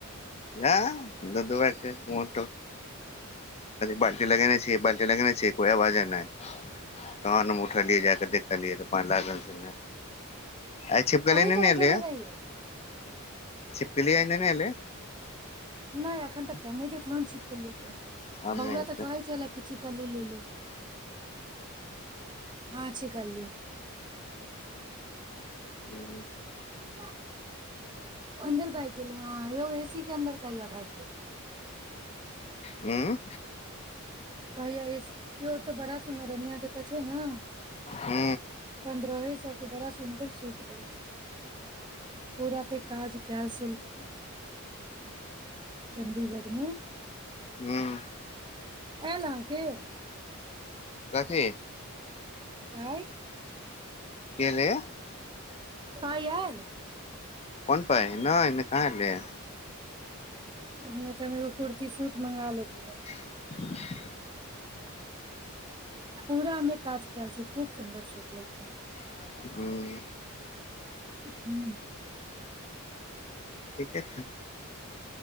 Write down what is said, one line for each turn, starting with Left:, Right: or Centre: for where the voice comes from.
Left: <unintelligible> लगेने छियै बाल्टी लगेने छियै कोइ आवाज नहि तहन हम उठलियै जा के देखलियै त पानि लागल छलै आइ छिपकली
Right: अहीं
Left: नय
Right: तऽ
Left: न
Right: लगेने
Left: एले यै
Right: रहियै
Left: छिपकिली आइ नय न एले
Right: नहि एखन तक तऽ नहि देखलहुन छिपकली के
Left: आब
Right: बौआ
Left: नहि एतै
Right: तऽ कहै छलय कि चिकली लो हँ छिकली
Left: <unintelligible>
Right: पा अन्दर भाइग गेल ह यौ एसी के अन्दर कहैया भाइग गेल
Left: ह
Right: कहैया एसी यो तऽ बड़ा सुन्दर अन इहां तऽ तऽ छै न
Left: ह
Right: पन्द्रहे सौ के बड़ा सुन्दर सुट दै छै पूरा पे काज कैल सिल्क चण्डीगढ़मे
Left: ह्म
Right: आयल अहाँके
Left: कथी
Right: पाई
Left: के एलै य
Right: पाई एल
Left: कोन पाइ नै नै कहां एलैया
Right: ओहने तऽ हम एगो कुर्ती सूट मंगा लेतौं
Left: <inaudible>
Right: पूरा ओमे काज कयल छै खूब सुन्दर सुट लगैत
Left: ह
Right: ह
Left: ठीके